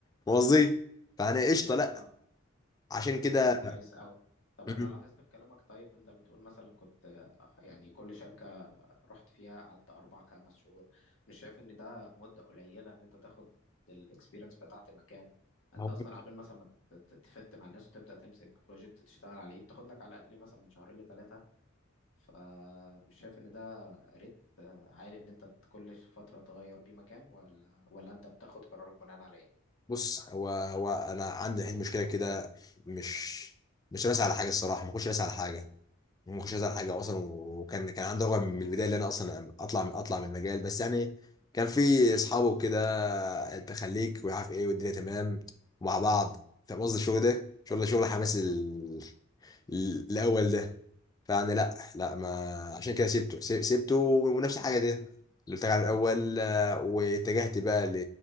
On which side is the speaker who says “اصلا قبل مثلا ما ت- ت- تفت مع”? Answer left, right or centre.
Left